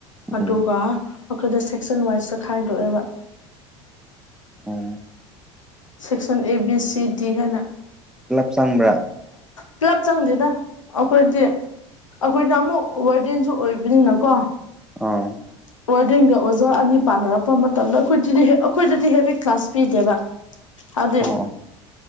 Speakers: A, on the left (about 80°); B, in the centre.
A: ꯑꯗꯨꯒ
B: ꯎꯝ
A: ꯑꯩꯈꯣꯏꯗ ꯁꯦꯛꯁꯟ ꯋꯥꯏꯁꯇ ꯈꯥꯏꯗꯣꯛꯑꯦꯕ
B: ꯑꯣ
A: ꯁꯦꯛꯁꯟ ꯑꯦ ꯕꯤ ꯁꯤ ꯗꯤ ꯍꯥꯏꯅ
B: ꯂꯞꯁꯪꯕ꯭ꯔꯥ
A: ꯄꯨꯂꯞ ꯆꯪꯗꯦꯅ ꯑꯩꯈꯣꯏꯗꯤ ꯑꯩꯈꯣꯏꯅ ꯑꯃꯨꯛ ꯋꯥꯔꯦꯟꯁꯨ ꯑꯣꯏꯕꯅꯤꯅꯀꯣ
B: ꯑꯣ
A: ꯑꯣꯔꯗ꯭ꯔꯤꯡꯒ ꯑꯣꯖꯥ ꯑꯅꯤ ꯄꯥꯟꯅꯔꯛꯄ ꯃꯇꯝꯗ ꯑꯩꯈꯣꯏꯗꯗꯤ ꯑꯩꯈꯣꯏꯗꯗꯤ ꯍꯦꯚ ꯀ꯭ꯂꯥꯁ ꯄꯤꯗꯦꯕ ꯍꯥꯏꯗꯤ
B: ꯎꯝ ꯑꯣ